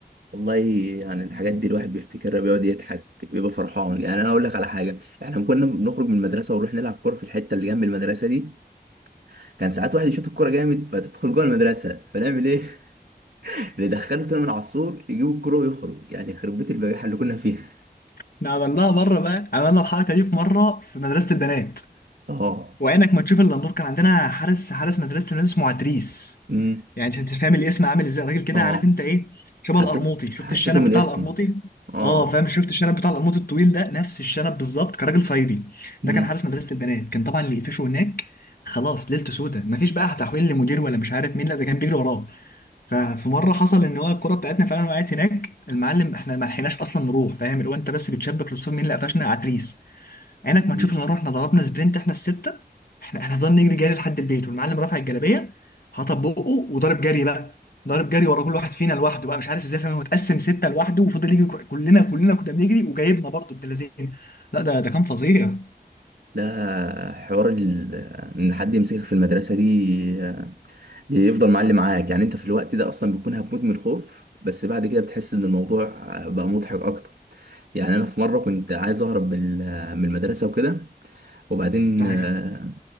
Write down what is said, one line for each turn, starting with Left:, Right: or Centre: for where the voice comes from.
Right: والله يعني الحاجات دي الواحد بيفتكرها بيقعد يضحك بيبقى فرحان يعني انا اقول لك على حاجه احنا لما كنا بنخرج من المدرسه ونروح نلعب كوره في الحته اللي جنب المدرسه دي كان ساعات واحد يشوط الكوره جامد فتدخل جوه المدرسه فنعمل ايه <laughs> ندخله تاني من على السور يجيب الكوره ويخرج يعني يخرب بيت البجاحه اللي كنا فيها <laughs>
Left: احنا عملناها مرة بقى عملنا الحركة دي في مرة في مدرسة البنات
Right: اه
Left: وعينك ما تشوف الا النور كان عندنا حارس حارس مدرسه الناس اسمه عتريس
Right: امم
Left: يعني انت فاهم الاسم عامل ازاي راجل كده
Right: اه
Left: عارف انت ايه شبه
Right: حسيت
Left: القرموطي شفت
Right: حسيته
Left: الشنب
Right: من
Left: بتاع
Right: اسمه
Left: القرموطي
Right: اه
Left: اه فاهم شفت الشنب بتاع القرموطي الطويل ده نفس الشنب بالظبط كان راجل صعيدي
Right: مم.
Left: ده كان حارس مدرسه البنات كان طبعا اللي يقفشه هناك خلاص ليلته سودة مفيش بقى تحويل لمدير ولا مش عارف مين لا ده كان بيجري وراه ففي مره حصل ان هو الكره بتاعتنا فعلا وقعت هناك المعلم احنا ما لحقناش اصلا نروح فاهم اللي هو انت بس بتشبك للصور مين اللي قفشنا عتريس عينك ما
Right: مم.
Left: تشوف الا رحنا ضربنا سبرنت احنا السته احنا احنا فضلنا نجري جري لحد البيت والمعلم رافع الجلابيه هطبقه وضارب جري بقى ضارب جري ورا كل واحد فينا لوحده بقى مش عارف ازاي فاهم هو اتقسم سته لوحده وفضل يجري ك- كلنا كلنا كنا بنجري وجايبنا برضه ابن لذين لا ده ده كان فظيع
Right: ده حوار ال- ان حد يمسكك في المدرسه دي آه، بيفضل معلم معاك يعني انت في الوقت ده اصلا بتكون هتموت من الخوف بس بعد كده بتحس ان الموضوع آه، بقى مضحك اكتر يعني انا في مره كنت عايز اهرب من ال- من المدرسه وكده وبعدين
Left: ده حقيقي.
Right: آه،